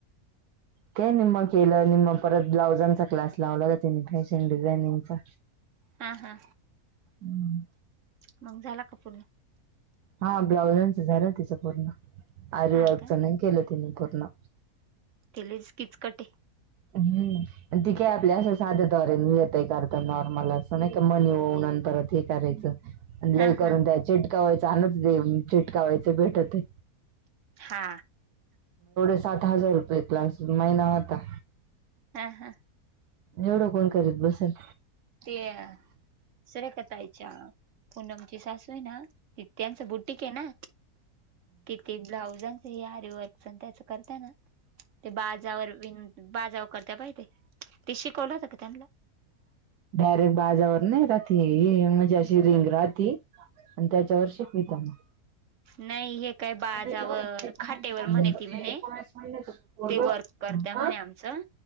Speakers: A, on the right; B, on the right.
A: काय निम्म केलं निम्म परत ब्लाउजांचा क्लास लावला होता तिनी फॅशन डिझायनिंगचा.
B: हा हा,
A: हम्म
B: मग झाला का पूर्ण?
A: हा ब्लाउजांचं झालं तिचं पूर्ण, आरिवर्कचं
B: हा का
A: नाही केलं तिनी पूर्ण.
B: ते लईच किचकट आहे.
A: हम्म, अन ती काय आपल्या असं साध्या दोऱ्यांनी येत तय करता नॉर्मल असं नाही का मनी ओऊन अन परत हे करायचं. लय
B: हा हा
A: करून त्या चिटकवायचं <unintelligible> चिटकवायचं भेटतंय.
B: हा.
A: सात हजार रुपये क्लास महिना होता.
B: हा हा.
A: एवढं कोण करीत बसल.
B: ते अ सुरेखा ताईच्या पूनम ची सासू आहे ना ते त्यांचं बुटीक आहे ना, ती ते ब्लाउजां च आरीवर्कचं अन त्याचं करताय ना, ते बाजावर विन बाजाव करत्या बाई ते, ते शिकवलं होतं का त्यांला
A: डायरेक्ट बाजावर नाही राहत हे, हे म्हणजे अशी रिंग राहती त्याच्यावर शिकवित्या मग.
B: नाही हे काय बाजावर
A: एकोणावीस
B: खाटेवर
A: वर्षाचं
B: म्हणे
A: ते
B: ती म्हणे,
A: एकोणावीस महिन्याचं पोरगं
B: ते वर्क करते
A: हा
B: म्हणे आमचं.